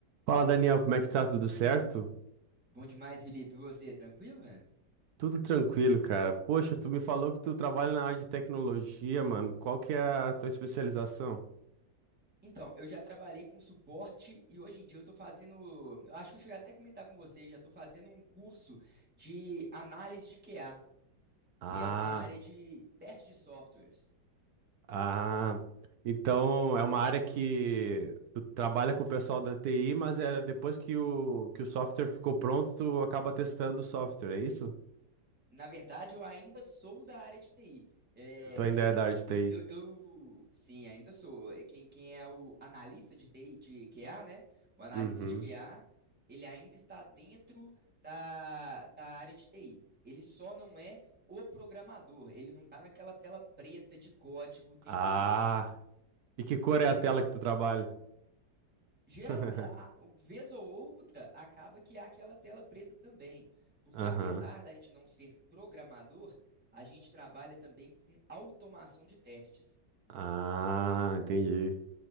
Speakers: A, on the right; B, in the centre.
A: Fala, Daniel, como é que tá? Tudo certo?
B: Bom demais, Felipe. E você, tranquilo, velho?
A: Tudo tranquilo, cara. Poxa, tu me falou que tu trabalha na área de tecnologia, mano. Qual que é a tua especialização?
B: Então, eu já trabalhei com suporte e hoje em dia eu tô fazendo. Eu acho que eu cheguei até a comentar com você, já tô fazendo um curso de análise de QA,
A: Ah,
B: que é uma área de teste de softwares.
A: ah. Então é uma área que tu trabalha com o pessoal da TI, mas é depois que o, que o software ficou pronto, tu acaba testando o software, é isso?
B: Na verdade, eu ainda sou da área de TI. É,
A: Tu ainda é da área de TI.
B: eu, eu, eu- sim, ainda sou. É, Quem, quem é o analista de TI, de QA, né? O analista
A: Uhum.
B: de QA, ele ainda está dentro da, da área de TI. Ele só não é o programador. Ele não está naquela tela preta de código o tempo
A: Ah,
B: inteiro,
A: e que cor é
B: entendeu?
A: a tela que tu trabalha?
B: Geralmente,
A: <laughs>
B: vez ou outra, acaba que há aquela tela preta também, porque
A: Aham.
B: apesar da gente não ser programador, a gente trabalha também com automação de testes,
A: Ah, entendi.